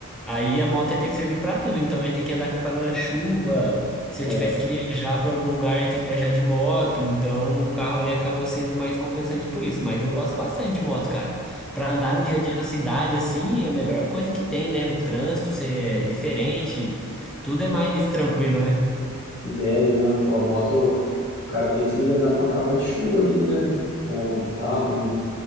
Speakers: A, in the centre; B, on the left.
A: Aí a moto ia ter que servir pra tudo. Então eu ia ter que andar com ela na chuva. Se
B: É,
A: eu tivesse que viajar pra algum lugar, eu ia ter que viajar de moto. Então o carro ali acabou sendo mais compensante por isso. Mas eu gosto bastante de moto, cara. Pra andar no dia a dia na cidade, assim, é a melhor coisa que tem, né? O trânsito ser diferente. Tudo é mais tranquilo, né?
B: Ideia, né? Pô, a moto, o cara tem que andar com a capa de chuva ali, né? Ou pá, pra não